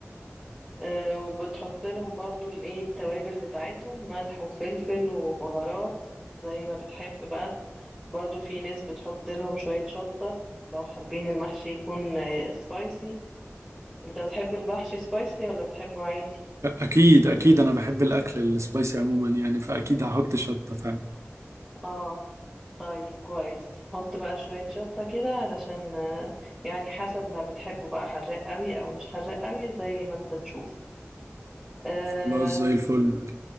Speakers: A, in the centre; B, on the right (about 80°).
A: آه، وبتحط لهم برضو الايه التوابل بتاعتهم ملح وفلفل وبهارات زي ما بتحب بقى برضو في ناس بتحط لهم شوية شطة لو حابين المحشي يكون سبايسي انت بتحب المحشي سبايسي ولا بتحبه عادي
B: اكيد اكيد انا بحب الاكل السبايسي عموما يعني فاكيد هحط شطه فعلا
A: اه طيب كويس حط بقى شوية شطة كده علشان آه، يعني حسب ما بتحبه بقى حراق قوي او مش حراق قوي زي ما انت تشوف آه
B: خلاص زي الفل